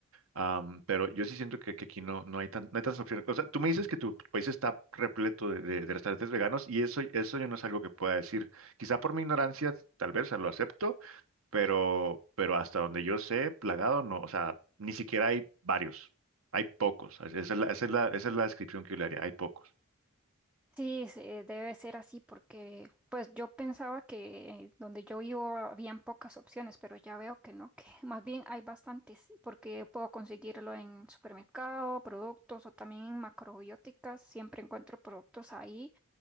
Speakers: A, on the right; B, in the centre.
A: Am, pero yo sí siento que, que aquí no, no hay tan, no hay tantas opciones. O sea, tú me dices que tu país está repleto de, de- de restaurantes veganos y eso, eso yo no es algo que pueda decir. Quizá por mi ignorancia, tal vez, o sea, lo acepto, pero, pero hasta donde yo sé, plagado no. O sea, ni siquiera hay varios. Hay pocos. Esa es la, esa es la, esa es la descripción que yo le haría. Hay pocos.
B: sí, se- debe ser así porque pues yo pensaba que donde yo vivo habían pocas opciones, pero ya veo que no, que <laughs> más bien hay bastantes porque puedo conseguirlo en supermercado, productos o también en macrobióticas, siempre encuentro productos ahí